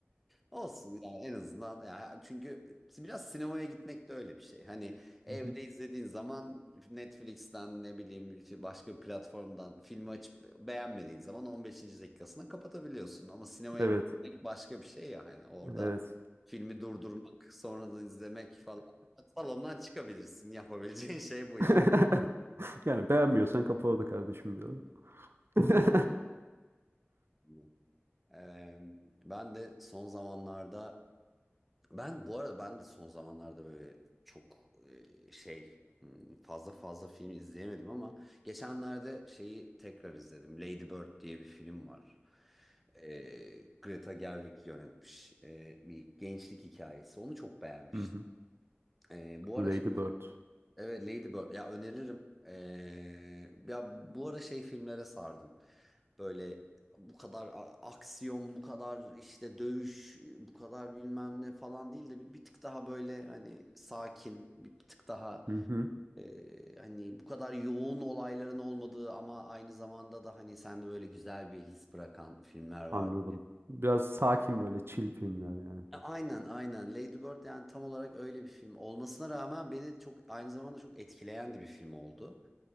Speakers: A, in the centre; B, on the right (about 60°).
A: Olsun yani en azından ya çünkü biraz sinemaya gitmek de öyle bir şey. Hani evde
B: hı.
A: izlediğin zaman Netflix'ten ne bileyim işte başka bir platformdan filmi açıp beğenmediğin zaman 15. dakikasını kapatabiliyorsun. Ama sinemaya
B: Evet.
A: gitmek başka bir şey ya hani orada
B: Evet.
A: filmi durdurmak sonra da izlemek falan. Salondan çıkabilirsin yapabileceğin şey bu ya.
B: <laughs> Yani beğenmiyorsan kapa orada kardeşim diyorlar. <laughs>
A: Yani, Eee, <laughs> Ben de son zamanlarda Ben bu arada ben de son zamanlarda böyle çok e, şey hmm, fazla fazla film izleyemedim ama geçenlerde şeyi tekrar izledim. Lady Bird diye bir film var. E, Greta Gerwig yönetmiş e, bir gençlik hikayesi. Onu çok beğenmiştim.
B: Hı hı.
A: E, bu
B: Lady
A: ara
B: Bird.
A: Evet Ladybird. ya öneririm. Ee, ya bu ara şey filmlere sardım. Böyle bu kadar a- aksiyon, bu kadar işte dövüş, bu kadar bilmem ne falan değil de bir, bir tık daha böyle hani sakin, bir, bir tık daha
B: Hı hı.
A: e, hani bu kadar yoğun olayların olmadığı ama aynı zamanda da hani sende böyle güzel bir his bırakan filmler var.
B: Anladım. Biraz sakin böyle chill filmler yani.
A: E, Aynen aynen Lady Bird yani tam olarak öyle bir film olmasına rağmen beni çok aynı zamanda çok etkileyen de bir film oldu.